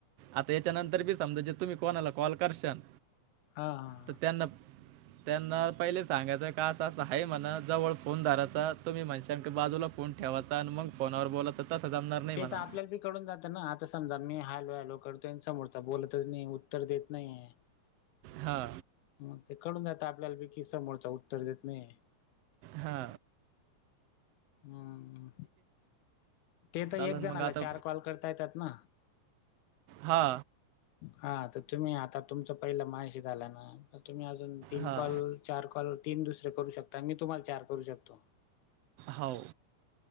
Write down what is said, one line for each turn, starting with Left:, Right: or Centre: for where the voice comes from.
Right: आता याच्यानंतर बी समजा जे तुम्ही कोणाला कॉल करशान
Left: हा हा
Right: तर त्यांना त्यांना पहिले सांगायचं का असं असं आहे म्हणा जवळ फोन धरायचा तुम्ही माझीशंका बाजूला फोन ठेवायचा आणि मग फोनवर बोलातच तस जमणार नाही.
Left: ते
Right: म्हणा
Left: तर आपल्याला बी कडून जात ना आता समजा मी हॅलो हॅलो करतोय समोरचा बोलतच नाही उत्तर देत नाही.
Right: हा
Left: मग ते कळून जात आपल्याला बी किसमोरचा उत्तर देत नाही
Right: हा
Left: हम्म ते तर
Right: चालन
Left: एक जणाला
Right: मग आता
Left: चार कॉल करता येतात ना
Right: हा
Left: हा तर तुम्ही आता तुमच पहिला माजाशी झाला ना तर तुम्ही अजून तीन
Right: हां
Left: कॉल चार कॉल तीन दुसरे करू शकता मी तुम्हाला चार करू शकतो.
Right: हाव